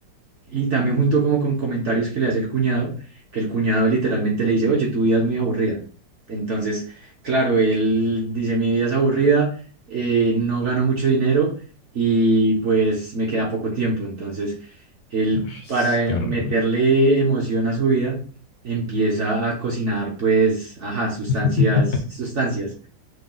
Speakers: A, on the right; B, on the left.
A: Y también junto como con comentarios que le hace el cuñado, que el cuñado literalmente le dice, oye, tu vida es muy aburrida. Entonces, claro, él dice, mi vida es aburrida, eh, no gano mucho dinero y pues me queda poco tiempo. Entonces, él
B: Ay,
A: para eh,
B: qué horrible.
A: meterle emoción a su vida, empieza a cocinar pues, ajá, sustancias,
B: <laughs>
A: sustancias.